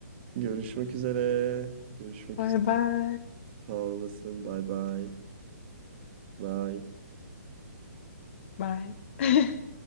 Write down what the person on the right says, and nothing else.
Görüşmek üzere. Görüşmek
üzere.
Sağ olasın. Bay bay. Bay.